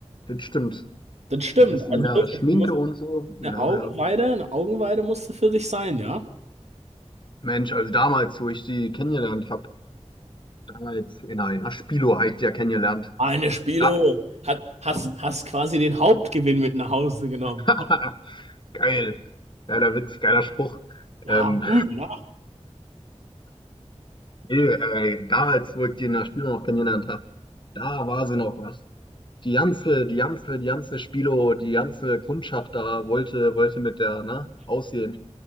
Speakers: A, on the left (about 40°); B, on the right (about 70°).
A: Das stimmt.
B: Das stimmt.
A: Ein bisschen
B: Also
A: mehr
B: wirklich,
A: Schminke
B: du musst
A: und so.
B: eine
A: Ja,
B: Augenweide,
A: ja.
B: eine Augenweide musste für dich sein, ja?
A: Mensch, also damals, wo ich die kennengelernt habe, damals in einer Spilo habe ich die ja kennengelernt.
B: Eine Spilo
A: Ja.
B: hat, hast, hast quasi den Hauptgewinn mit nach Hause genommen.
A: <laughs> Geil. Geiler Witz, geiler Spruch.
B: Ja,
A: Ähm,
B: gut, ne?
A: nee, äh, damals, wo ich die in der Spilo noch kennengelernt habe, da war sie noch was. Die ganze, die ganze, die ganze Spilo, die ganze Kundschaft da wollte, wollte mit der, ne, aussehen.